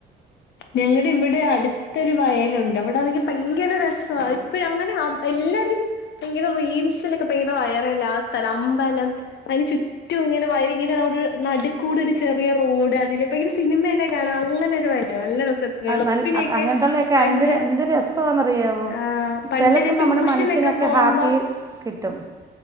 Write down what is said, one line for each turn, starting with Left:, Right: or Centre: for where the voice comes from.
Left: ഞങ്ങുടെ ഇവിടെ അടുത്തൊരു വയലുണ്ട് ഇവിടൊണെങ്കി ഭയങ്കര രസയി. അ അങ്ങനെ എല്ലാരും ഭയങ്കര റീൽസിലൊക്കെ ഭയടെ വയറല്ല ആ സ്ഥലം അമ്പലം. അതിന് ചുറ്റും ഇങ്ങനെ വയ ഇങ്ങനെ നട് ക്കൂടെരു ചെറിയ റോഡ് അതില് ഇ സിനിമയൊക്കെ കാണാ. അങ്ങനെ ഒരു നല്ലരസ വെളുപ്പിനോക്കെ
Right: നല്ല അങ്ങനത്തുള്ളതൊക്കെ
Left: പണ്ട്
Right: എന്ത് എന്ത് രസമാണെന്നറിയാമോ
Left: ആ പണ്ട്
Right: ചിലപ്പം
Left: ഞാൻ
Right: നമ്മുടെ
Left: റ്റു
Right: മനസ്സിനൊക്കെ
Left: ഷനൊകം പോവുമ്പം
Right: ഹാപ്പി കിട്ടും